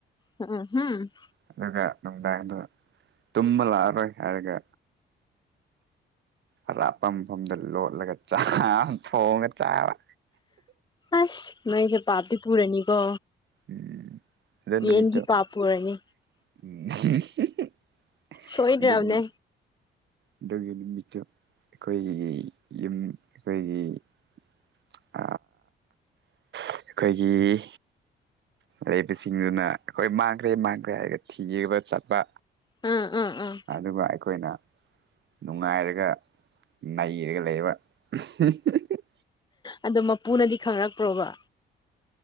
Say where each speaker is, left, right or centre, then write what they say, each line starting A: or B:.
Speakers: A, on the left; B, on the right.
A: <unintelligible>
B: ꯑꯗꯨꯒ ꯅꯨꯡꯗꯥꯡꯗꯣ ꯇꯨꯝꯕ ꯂꯥꯛꯑꯔꯣꯏ ꯍꯥꯏꯔꯒ ꯑꯔꯥꯞꯄ ꯃꯐꯝꯗ ꯂꯣꯠꯂꯒ ꯆꯥ ꯊꯣꯡꯒ ꯆꯥꯕ
A: ꯑꯁ ꯅꯣꯏꯁꯦ ꯄꯥꯞꯇꯤ ꯄꯨꯔꯅꯤꯀꯣ
B: ꯎꯝ ꯑꯗꯨ ꯅꯨꯃꯤꯠꯇꯨ
A: ꯌꯦꯟꯒꯤ ꯄꯥꯞ ꯄꯨꯔꯅꯤ
B: <unintelligible>
A: ꯁꯣꯏꯗ꯭ꯔꯕꯅꯦ
B: ꯑꯗꯨꯅ ꯑꯗꯨꯒꯤ ꯅꯨꯃꯤꯠꯇꯨ ꯑꯩꯈꯣꯏꯒꯤ ꯌꯨꯝ ꯑꯩꯈꯣꯏꯒꯤ <unintelligible> ꯑꯩꯈꯣꯏꯒꯤ ꯂꯩꯕꯁꯤꯡꯗꯨꯅ ꯑꯩꯈꯣꯏ ꯃꯥꯡꯈ꯭ꯔꯦ ꯃꯥꯡꯈ꯭ꯔꯦ ꯍꯥꯏꯔꯒ ꯊꯤꯒ ꯆꯠꯄ
A: <unintelligible>
B: ꯑꯗꯨꯒ ꯑꯩꯈꯣꯏꯅ ꯅꯨꯡꯉꯥꯏꯔꯒ ꯅꯩꯔꯒ ꯂꯩꯕ <unintelligible>
A: ꯑꯣ ꯃꯄꯨꯅꯗꯤ ꯈꯪꯔꯛꯄ꯭ꯔꯣꯕ